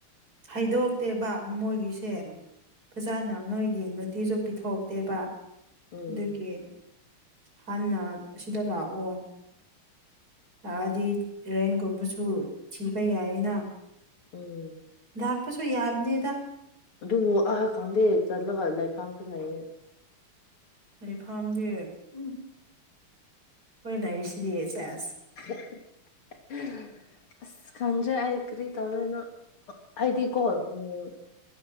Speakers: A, on the right; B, on the left.
A: ꯍꯩꯗꯣꯛꯇꯦꯕ ꯃꯣꯏꯒꯤꯁꯦ
B: ꯎꯝ
A: ꯐꯖꯥꯅ ꯅꯣꯏꯒꯤ ꯅꯨꯡꯇꯤꯁꯨ ꯄꯤꯊꯣꯛꯇꯦꯕ
B: ꯎꯝ
A: ꯑꯗꯨꯒꯤ ꯍꯥꯟꯅ ꯑꯁꯤꯗ ꯂꯥꯛꯑꯣ ꯑꯗꯤ ꯔꯦꯟꯒꯨꯝꯕꯁꯨ ꯊꯤꯕ ꯌꯥꯏꯌꯦꯅ
B: ꯎꯝ
A: ꯗꯄꯁꯨꯏ ꯌꯥꯕꯅꯤꯗ
B: ꯑꯗꯨꯕꯨ ꯑꯍ ꯈꯪꯗꯦ ꯆꯠꯂꯒ ꯂꯩꯐꯝꯥꯝꯁꯨ ꯂꯩꯌꯦ
A: ꯂꯩ ꯐꯥꯝꯗꯤ ꯎꯝ ꯍꯣꯏꯅ ꯏ ꯏꯁꯂꯤ ꯆꯦ
B: <unintelligible> ꯑꯁ ꯈꯟꯖ ꯑꯈ꯭ꯔꯤ ꯇꯧꯔꯅ ꯑꯗꯤ ꯀꯣꯣꯟ ꯎꯝ